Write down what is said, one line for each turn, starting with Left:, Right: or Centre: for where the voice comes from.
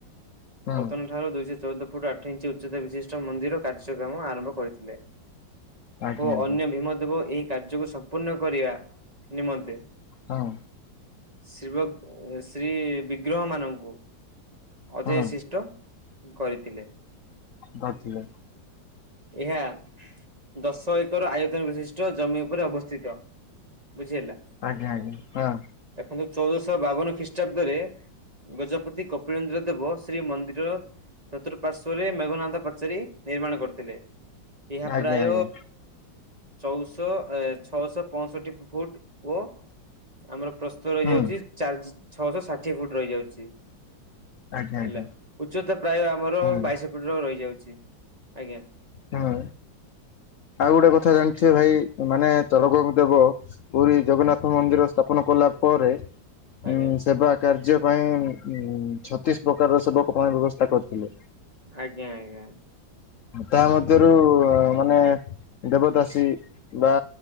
Left: ହୁଁ
Right: ପତନ ଠାରୁ ଦୁଇଶହ ଚଉଦ ଫୁଟ ଆଠ ଇଞ୍ଚ ଉଚ୍ଚତା ବିଶିଷ୍ଟ ମନ୍ଦିର କାର୍ଯ୍ୟକ୍ରମ ଆରମ୍ଭ କରିଥିଲେ।
Left: ଆଜ୍ଞା
Right: ଓ
Left: ଆଜ୍ଞା
Right: ଅନ୍ୟ ଭୀମ ଦେବ ଏହି କାର୍ଯ୍ୟକୁ ସମ୍ପୂର୍ଣ୍ଣ କରିବା ନିମନ୍ତେ
Left: ହଁ।
Right: ଶିବ ଶ୍ରୀ ବିଗ୍ରହ ମାନଙ୍କୁ ଅଧିଶିଷ୍ଟ
Left: ହଁ।
Right: କରିଥିଲେ।
Left: <unintelligible>
Right: ଏହା ଦଶ ଏକର ଆୟତନ ବିଶିଷ୍ଟ ଜମି ଉପରେ ଅବସ୍ଥିତ। ବୁଝିହେଲା।
Left: ଆଜ୍ଞା ଆଜ୍ଞା ହଁ।
Right: ଦେଖନ୍ତୁ ଚଉଦଶହ ବାବନ ଖ୍ରୀଷ୍ଟାବ୍ଦରେ ଗଜପତି କପିଳନ୍ଦ୍ର ଦେବ ଶ୍ରୀ ମନ୍ଦିରର ଚତୁର୍ପାର୍ଶ୍ଵରେ ମେଘୁନାଥ ପାଚୋରୀ ନିର୍ମାଣ କରିଥିଲେ। ଏହା
Left: ଆଜ୍ଞା
Right: ପ୍ରାୟ
Left: ଆଜ୍ଞା
Right: ଚଉଶହ ଛଅଶହ ପଞ୍ଚଷଠି ଫୁଟ ଓ ଆମର ପ୍ରସ୍ତୁତ ରହିଯାଉଚି
Left: ହୁଁ
Right: ଚାରି ଛଅଶହ ଷାଠିଏ ଫୁଟ ରହିଯାଉଚି।
Left: ଆଜ୍ଞା ଆଜ୍ଞା
Right: ହେଲା ଉଚ୍ଚତା ପ୍ରାୟ ଆମର
Left: ହୁଁ
Right: ବାଇଶ ଫିଟ ରହିଯାଉଚି ଆଜ୍ଞା।
Left: ହଁ। ଆଉ ଗୋଟେ କଥା ଜାଣିଥିବେ ଭାଇ ମାନେ ତଳକଙ୍ଗ ଦେବ ପୁରୀ ଜଗନ୍ନାଥ ମନ୍ଦିର ସ୍ଥାପ କଲା ପରେ ଉ
Right: ଆଜ୍ଞା
Left: ସେବା କାର୍ଯ୍ୟ ପାଇଁ ଉ ଛତିଶ ପ୍ରକାରର ସେବକ ପା ବ୍ୟବସ୍ଥା କରିଥିଲେ।
Right: ଆଜ୍ଞା ଆଜ୍ଞା।
Left: ତାହା ମଧ୍ୟରୁ ମାନେ ଦେବଦାସୀ ବା